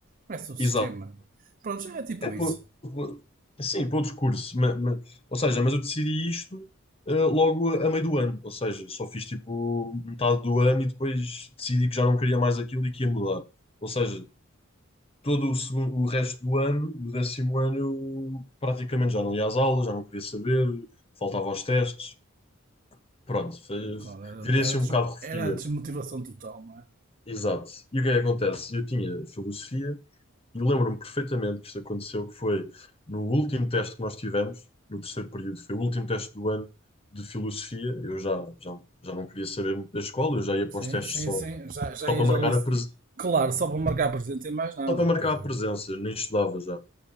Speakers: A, on the right; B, on the left.
A: Não é subsistema.
B: exato.
A: Pronto, já é tipo
B: É pelo,
A: isso.
B: pelo- sim, pelo discurso. ma- ma- ou seja, mas eu decidi isto eh, logo a, a meio do ano. Ou seja, só fiz tipo metade do ano e depois decidi que já não queria mais aquilo e que ia mudar. Ou seja, todo o segundo, o resto do ano, do décimo ano, eu praticamente já não ia às aulas, já não queria saber, faltava aos testes. Pronto, fe-
A: Claro, era,
B: virei assim
A: era, des-
B: um bocado refia.
A: era a desmotivação total, não é?
B: Exato. E o que é que acontece? Eu tinha filosofia. E lembro-me perfeitamente que isto aconteceu, que foi no último teste que nós tivemos, no terceiro período, foi o último teste do ano de filosofia. Eu já, já, já não queria saber muito da escola, eu já ia para
A: Sim,
B: os testes
A: sim,
B: só,
A: sim. Já, já
B: só
A: ias
B: para marcar
A: ali.
B: a presen-
A: Claro, só para marcar presente e mais nada.
B: só para marcar
A: Pois
B: a
A: é.
B: presença, nem estudava já.